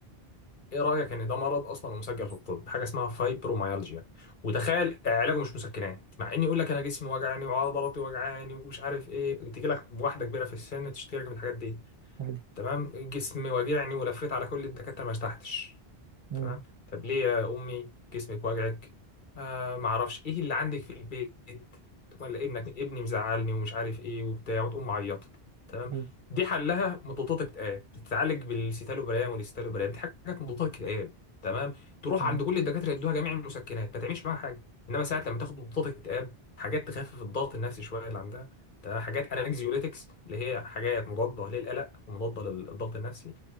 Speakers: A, on the left; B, on the right.
A: ايه رأيك ان ده مرض اصلا ومسجل في الطب حاجة اسمها فايبروميالجيا وتخيل علاجه مش مسكنات مع اني يقول لك انا جسمي وجعني وعضلاتي وجعاني ومش عارف ايه تجي لك بواحدة كبيرة في السن تشتكي لك من الحاجات دي
B: حلو
A: تمام جسمي وجعني ولفيت على كل الدكاترة ما ارتحتش
B: مم.
A: تمام طب ليه يا امي جسمك وجعك آه ما اعرفش ايه اللي عندك في البيت تقوم قايلة ابنك ابني مزعلني ومش عارف ايه وبتاع وتقوم معيطه تمام
B: حلو
A: دي حلها مضادات اكتئاب بتتعالج بالسيتالوبرام والاستالوبرام دي حاجات مضادات اكتئاب تمام تروح
B: مم.
A: عند كل الدكاتره يدوها جميع المسكنات ما تعملش معاها حاجه انما ساعات لما تاخد مضادات اكتئاب حاجات تخفف الضغط النفسي شويه اللي عندها تمام حاجات انكزيوليتكس اللي هي حاجات مضاده للالم ومضادة للضغط النفسي